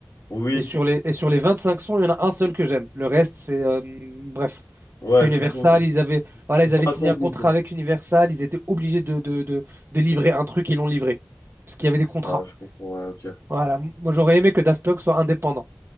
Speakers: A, on the left (about 75°); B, on the right (about 45°).
A: oui,
B: Et sur les, et sur les 25 sons, il y en a un seul que j'aime. Le reste, c'est... euh, bref,
A: ouais,
B: c'était Universal.
A: tu trouves,
B: Ils
A: c'est
B: avaient, voilà,
A: c'est
B: ils
A: pas
B: avaient signé
A: à ton goût,
B: un contrat
A: quoi.
B: avec Universal. Ils étaient obligés de, de, de, de livrer un truc. Ils l'ont livré. Parce qu'il y avait des contrats.
A: Ah, je comprends, ouais, ok.
B: Voilà. Moi, j'aurais aimé que Daft Punk soit indépendant,